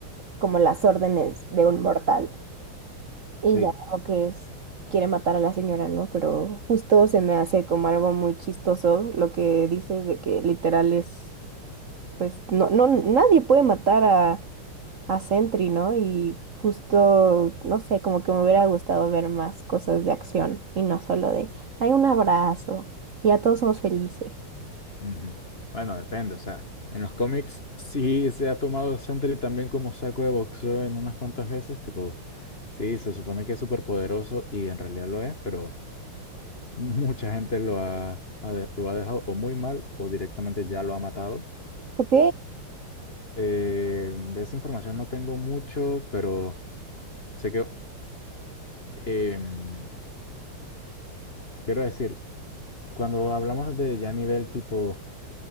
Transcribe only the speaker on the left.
sí.
Ujú. Bueno, depende, o sea, en los cómics sí se ha tomado el Sentry también como saco de boxeo en unas cuantas veces, tipo, sí, se supone que es súper poderoso y en realidad lo es, pero Mucha gente lo ha, ha de- lo ha dejado o muy mal o directamente ya lo ha matado.
Eh, de esa información no tengo mucho, pero sé que em, quiero decir, cuando hablamos de ya nivel tipo